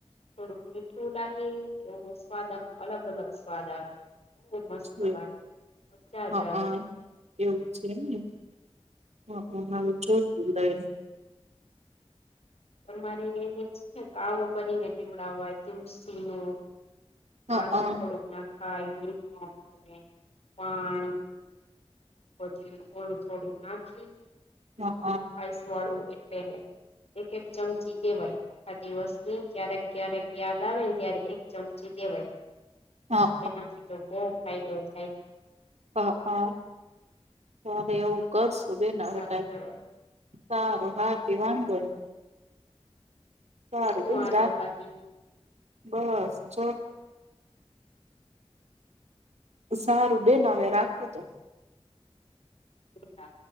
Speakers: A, on the left (about 65°); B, on the right (about 80°).
A: થોડુ મીઠુ લાગે એવો સ્વાદ આમ અલગ અલગ સ્વાદ આવે. બ મસ્ત
B: છે.
A: લાગે, મજાજ
B: હા
A: આવે.
B: એવું છે ને હ હ હવે જોશું લઈ ને.
A: તમારે એને છે ને કાવો કરીને પીવડાવાય તુલસીઓ
B: હા
A: આદું
B: હા
A: થોડુંક નાખાય, ન <inaudible> પણ ત પાણી પછી થોડું થોડું નાખી.
B: હા
A: એક આઈસ વાળું એટલે કે એક એક ચમચી દેવાય આખા દિવસની ક્યારેક ક્યારેક યાદ આવે ત્યારે એક ચમચી દેવાય,
B: હા
A: એનાથી તો બહુ ફાયદો થાય.
B: હ હ હવે એવું. કરશૂ બેન
A: સારું
B: હવે,
A: કહેવાય
B: હારું હા તો વાન્ધો નઇ. સારું
A: શું
B: બેન
A: હાલે
B: રાખુ.
A: બાકી
B: બસ જો સારું બેન હવે રાખુ તો
A: હા